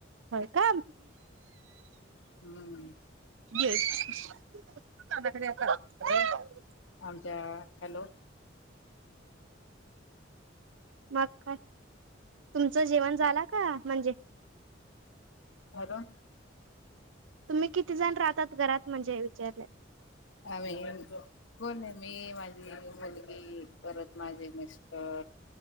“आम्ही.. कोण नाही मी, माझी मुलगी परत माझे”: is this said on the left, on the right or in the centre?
Left